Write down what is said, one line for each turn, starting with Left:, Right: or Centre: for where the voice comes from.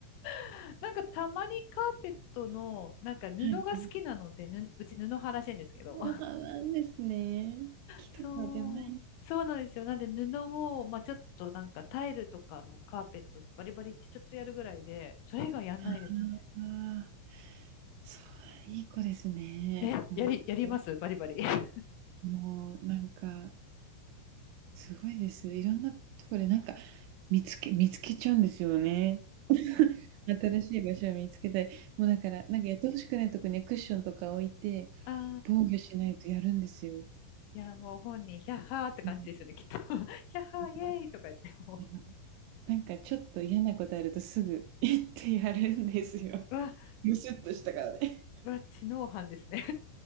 Left: <laughs> なんかたまにカーペットの、なんか布が好きなので、
Right: い、<unintelligible> は
Left: ぬ、うち布派らしいんですけど、
Right: そうなんですね。木とかじゃないん
Left: そう。そうなんですよ。なんで布を、まあ、ちょっとなんかタイルとかのカーペットバリバリってちょっとやるぐらいで、それ以外やんないです
Right: ああ。そう、いい子ですね。
Left: ね。
Right: ほんと。
Left: え、やり、やりますバリバリ。<laughs> あ
Right: もうなんか、すごいです。いろんなとこでなんか、見つけ見つけちゃうんですよね。新しい場所を見つけたい。もうだから、なんかやって欲しくないとこにはクッションとか置いて、
Left: あ。
Right: 防御しないとやるんですよ。
Left: いや、もう本人、ヒャッハーって感じですよね、
Right: でも
Left: きっと。<laughs> ヒャッハー、イエーイとか言っても
Right: なんか、あのなんかちょっと嫌なことあるとすぐ行ってやるんですよ。
Left: う、わ、
Right: <laughs> ムスッとした顔で。
Left: うわ、知能犯ですね。